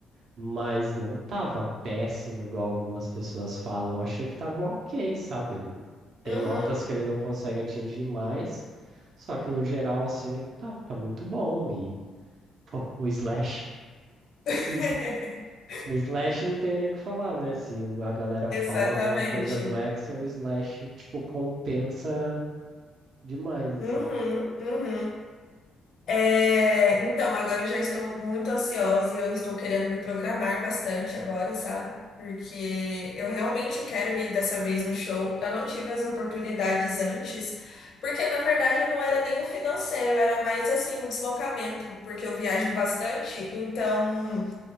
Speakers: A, on the right; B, on the left.
A: mas não tava péssimo, igual algumas pessoas falam. Achei que tava ok, sabe? Ele tem
B: uhum.
A: notas que ele não consegue atingir mais, só que no geral, assim, ele tá, tá muito bom. E, <laughs> pô, o Slash,
B: <laughs>
A: se. O Slash não tem nem o que falar, né? Se o- a galera
B: Exatamente.
A: fala alguma coisa do Excel, o Slash, tipo, compensa demais, assim.
B: Uhum, uhum. É, então, agora eu já estou muito ansiosa e eu estou querendo me programar bastante agora, sabe? Porque eu realmente quero ir dessa vez no show. Eu não tive as oportunidades antes, porque na verdade não era nem o financeiro, era mais assim o deslocamento, porque eu viajo bastante. Então,